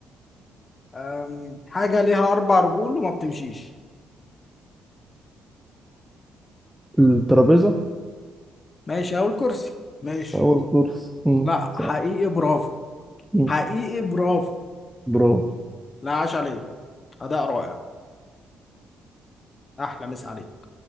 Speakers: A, on the left (about 35°); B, in the centre.
A: أم، حاجة ليها أربع رجول وما بتمشيش
B: الترابيزة
A: ماشي أهو الكرسي ماشي
B: أول كورس مم،
A: لا
B: صح
A: حقيقي برافو
B: مم،
A: حقيقي برافو
B: برافو
A: لا عاش عليك أداء رائع أحلى مسا عليك